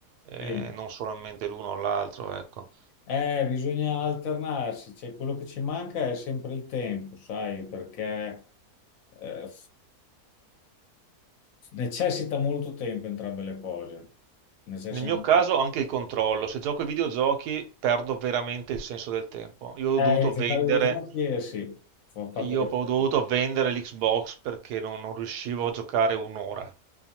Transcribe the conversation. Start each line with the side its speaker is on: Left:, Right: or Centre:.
Right: eh,
Left: Sì.
Right: non solamente l'uno o l'altro, ecco.
Left: Eh, bisogna alternarsi, cioè, quello che ci manca è sempre il tempo, sai, perché eh, Necessita molto tempo entrambe le cose. Necessita
Right: Nel mio
Left: molto
Right: caso anche il controllo, se gioco ai videogiochi perdo veramente il senso del tempo. Io ho
Left: Eh,
Right: dovuto
Left: gettare
Right: vendere,
Left: gli snotti, eh, sì, fa, fa
Right: io
Left: quello
Right: ho
Left: che
Right: dovuto
Left: fa.
Right: vendere l'Xbox perché non, non riuscivo a giocare un'ora.